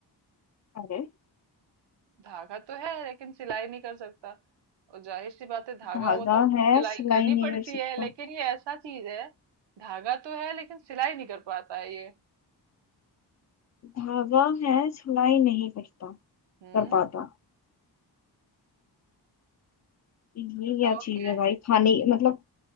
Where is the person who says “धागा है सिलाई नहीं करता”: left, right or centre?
Left